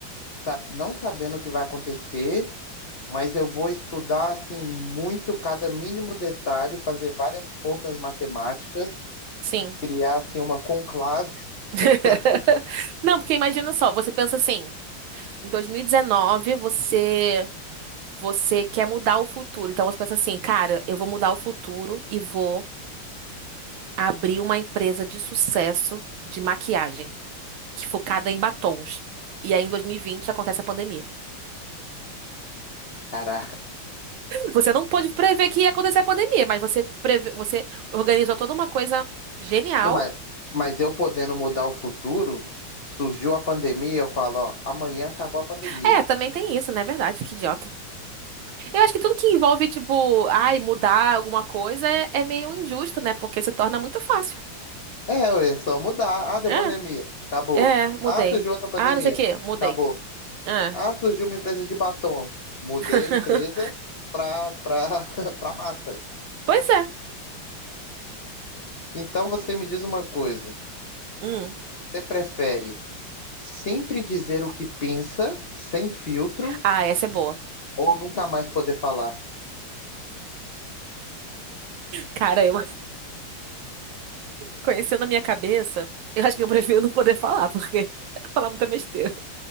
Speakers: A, on the left; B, on the right.
A: sa- não sabendo o que vai acontecer, mas eu vou estudar assim muito cada mínimo detalhe, fazer várias contas matemáticas,
B: sim.
A: criar assim uma conclave <laughs>
B: <laughs>
A: para.
B: Não, porque imagina só, você pensa assim, em 2019 você Você quer mudar o futuro. Então você pensa assim, cara, eu vou mudar o futuro e vou abrir uma empresa de sucesso de maquiagem, que focada em batons. E aí em 2020 acontece a pandemia.
A: Caraca.
B: Você não pôde prever que ia acontecer a pandemia, mas você preve... você organizou toda uma coisa genial.
A: Não, mas, mas eu podendo mudar o futuro, surgiu a pandemia, eu falo, ó, amanhã acabou a pandemia.
B: É, também tem isso, né? É verdade, que idiota. Eu acho que tudo que envolve, tipo, ai, mudar alguma coisa é, é meio injusto, né? Porque se torna muito fácil.
A: É, ué, é só mudar. Ah, deu
B: É,
A: pandemia. Acabou.
B: é, mudei.
A: Ah, surgiu outra pandemia.
B: Ah, não sei o quê, mudei.
A: Acabou.
B: É.
A: Ah, surgiu uma empresa de batom. Mudei
B: <laughs>
A: a empresa pra, pra, <laughs> pra máscara.
B: Pois é.
A: Então você me diz uma coisa:
B: Hum.
A: você prefere sempre dizer o que pensa, sem filtro,
B: Ah, essa é boa.
A: ou nunca mais poder falar?
B: Cara, eu conhecendo a minha cabeça, eu acho que eu prefiro não poder falar, porque <laughs> falar muita besteira.